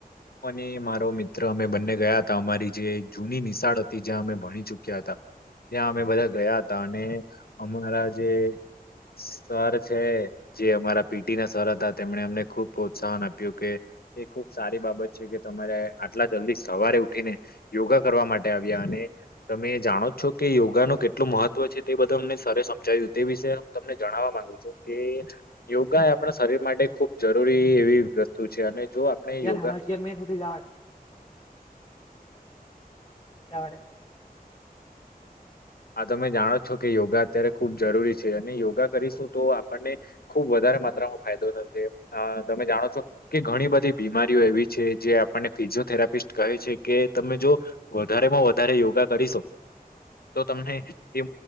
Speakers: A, on the left (about 75°); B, on the left (about 25°).
A: મને મારો મિત્ર અમે બંને ગયા હતા અમારી જે જૂની નિશાળ હતી જ્યાં અમે ભણી ચુક્યા હતા ત્યાં અમે બધા ગયા હતા અને અમારા જે સર છે જે અમારા પીટી ના સર હતા એમને અમને ખુબ પ્રોત્સાહન આપ્યું કે એ ખુબ સારી બાબત છે કે તમારે આટલા જલ્દી સવારે ઉઠીને યોગા કરવા માટે આવ્યા અને તમે જાણો છો કે યોગા નું કેટલું મહત્વ છે તે બધું અમને સરે સમજાવ્યું તે વિશે હું તમને જણાવવા માંગુ છું કે યોગા એ આપણા શરીર માટે ખુબ જરૂરી એવી વસ્તુ છે અને જો આપણે
B: યાર,
A: યોગા
B: હાડા, અગિયારમા મા એક સુધી જાવા દે. <unintelligible>
A: આ તમે જાણો છો કે યોગા અત્યારે ખુબ જરૂરી છે, અને યોગા કરીશું તો આપણને ખુબ વધારે ધારે માત્રમાં ફાયદો થશે. અ તમે જાણો છો કે ઘણી બધી બીમારીઓ એવી છે, જે આપણને ફિઝિયોથેરાપી પીસ્ટ કહે છે કે, તમે જો વધારેમાં વધારે યોગા કરીશો તો તમને એ